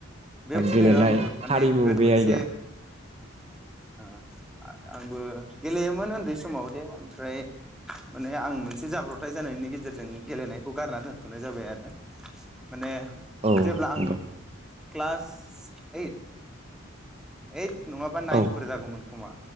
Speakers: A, in the centre; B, on the right.
A: बेबायदिनो
B: गेलेनाय
A: आंबो माने
B: हारिमु
A: गोदो
B: बे
A: मोनसे
B: आयदायाव
A: ओ आंबो गेलेयोमोन उन्दै समाव जे ओमफ्राय माने आं मोनसे जाब्रबथाय जानायनि गेजेरजों गेलेनायखौ गारना दोनथ'नाय जाबाय आरो माने
B: औ
A: जेब्ला आं
B: नंगौ
A: क्लास ओइट ओइट नङाबा नाइनफोर
B: औ
A: जागौमोन खोमा